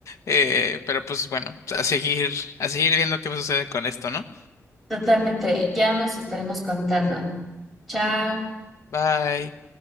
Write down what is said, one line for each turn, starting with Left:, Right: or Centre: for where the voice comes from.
Left: Eh, pero pues bueno, a seguir, a seguir viendo qué sucede con esto, ¿no?
Centre: Totalmente, ya nos estaremos contando. Chao.
Left: Bye.